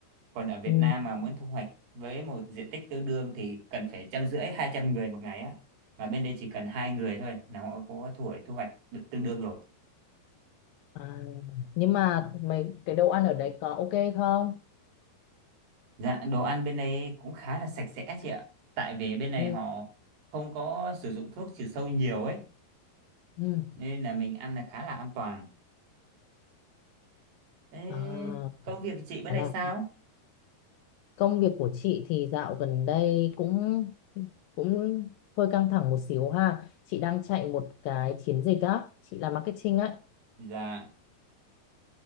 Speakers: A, on the right (about 75°); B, on the left (about 80°).
A: còn ở Việt
B: Ừ.
A: Nam mà muốn thu hoạch với một diện tích tương đương thì cần phải trăm rưỡi hai trăm người một ngày á mà bên đây chỉ cần hai người thôi là họ có thu hoạch thu hoạch được tương đương rồi
B: À. nhưng mà mấy cái đồ ăn ở đấy có ok không
A: dạ đồ ăn bên đây cũng khá là sạch sẽ chị ạ tại vì bên này
B: ừ.
A: họ không có sử dụng thuốc trừ sâu nhiều ấy
B: Ừ.
A: nên là mình ăn là khá là an toàn Ê,
B: À,
A: công việc của chị bữa
B: khá
A: nay
B: là
A: sao
B: Công việc của chị thì dạo gần đây cũng cũng hơi căng thẳng một xíu ha. Chị đang chạy một cái chiến dịch á, chị làm marketing á.
A: dạ